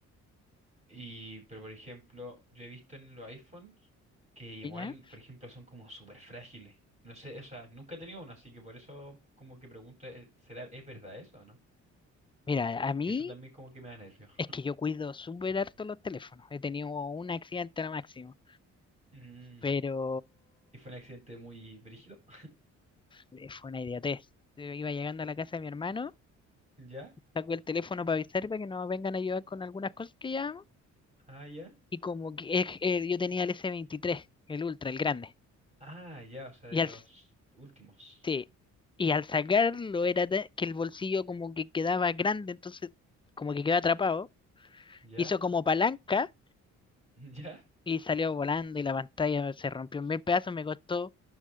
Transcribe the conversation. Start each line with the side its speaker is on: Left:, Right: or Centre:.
Right: Y, pero por ejemplo, yo he visto en los iPhones que igual,
Left: ¿ya?
Right: por ejemplo, son como súper frágiles. No sé, o sea, nunca he tenido uno, así que por eso como que pregunto, eh, ¿será, es verdad eso o no?
Left: Mira, a mí
Right: que eso también como que me da nervios.
Left: es que yo cuido súper harto los teléfonos. He tenido un accidente al máximo,
Right: Mm,
Left: pero
Right: Y fue un accidente muy brígido. <laughs>
Left: eh, fue una idiotez. Yo Iba llegando a la casa de mi hermano,
Right: ¿Ya?
Left: sacó el teléfono para avisar para que nos vengan a ayudar con algunas cosas que llevamos.
Right: Ah, ya.
Left: Y como que eh, eh, yo tenía el S23, el Ultra, el grande.
Right: Ah, ya, o sea,
Left: Y
Right: de los
Left: al
Right: últimos.
Left: Sí, y al sacarlo era de- que el bolsillo como que quedaba grande, entonces como que quedaba atrapado.
Right: ¿Ya?
Left: Hizo como palanca
Right: <laughs> ¿Ya?
Left: y salió volando y la pantalla se rompió en mil pedazos, me costó